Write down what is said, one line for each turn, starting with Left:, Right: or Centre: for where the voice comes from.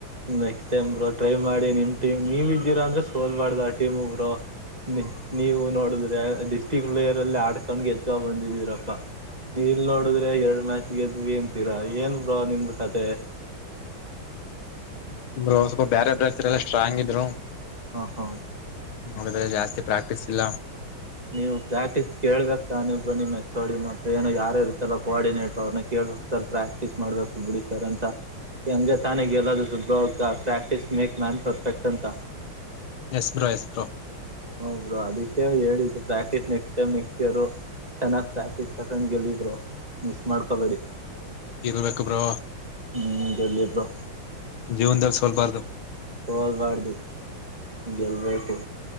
Right: ನೆಕ್ಸ್ಟ್ ಟೈಮ್ ಬರು ಟ್ರೈ ಮಾಡಿ ನಿಮ್ ಟೀಮ್ ನೀವ್ ಇದೀರಾಂದ್ರೆ ಸೋಲ್ ಮಾಡ್ದ ಆ ಟೀಮು ಬ್ರರು ನೀ ನೀವು ನೋಡುದ್ರಿ ಡಿಸ್ಟ್ರಿಕ್ ಬ್ಲೇರ್ ಅಲ್ಲಿ ಆಡ್ಕೊಂಡ ಎತ್ಕ ಬಂದಿದೀರಪ್ಪಾ ನೀ ಇಲ್ ನೋಡುದ್ರೆ ಎರಡ್ ಮ್ಯಾಚ್ಗೆದ್ವಿ ಅಂತೀರಾ ಏನ್ ಬ್ರೋ ನಿಮ್ದು ಅದೇ <inaudible>
Left: ರು ಸ್ವಲ್ಪ ಬೇರೆ ಬ್ರಲ್ಲ ಸ್ಟ್ರಾಂಗ್ ಇದ್ರು
Right: ಹ ಹಾ
Left: ಆದರೆ ಜಾಸ್ತಿ ಪ್ರಾಕ್ಟೀಸ್ ಇಲ್ಲ
Right: ನೀವು ಪ್ರಾಕ್ಟೀಸ್ ಕೇಳ್ಬೇಕಕ್ ತಾನ ಬ್ರೋ ನಿಮ್ ಹೆಚ್ಚೋಡಿನ ಅಥವಾ ಏನು ಯಾರು ಇರ್ತ್ತಲ್ಲೋಆರ್ಡಿನೇಟರ್ ಅವ್ರನ್ನ ಕೇಳ ಸರ್ ಪ್ರಾಕ್ಟೀಸ್ ಮಾಡ್ಬೇಕು ಬಿಡಿ ಸರ್ ಅಂತ ಹಂಗೆ ತಾನೇಗ ಎಲ್ಲೂ ಸು್ರ ಪ್ರಾಕ್ಟೀಸ್ ಮೇಕ್ ಮ್ಯಾನ್ ಪರ್ಫೆಕ್ಟ್ ಅಂತ
Left: ಎಸ್ ಬ್ರೋ ಎಸ್ ಬ್ರೋ
Right: ಹ ಬ್ರೋ ಅದಕ್ಕೆೇ ಹೇಳಿದ್ದು practice next time next year ಚೆನ್ನಾಗಿ ಪ್ರಾಕ್ಟೀಸ್ ತಕೊಂಡ್ ಗೆಲ್ಲಿ ಬ್ರೋ ಮಿಸ್ ಮಾಡ್ಕೋಬೇಡಿ
Left: ಗೆಲ್ಬೇಕು ಬ್ರೋ
Right: ಹ್ಮ್ ಗೆಲ್ಲಿ ಬ್ರೋ
Left: ಜೀವನದಲ್ಲಿ ಸೋಲ್ ಲ್ಬಾರ್ದು
Right: ಹೋಲ್ಬಾರ್ದು ಗೆಲ್ಬೇಕು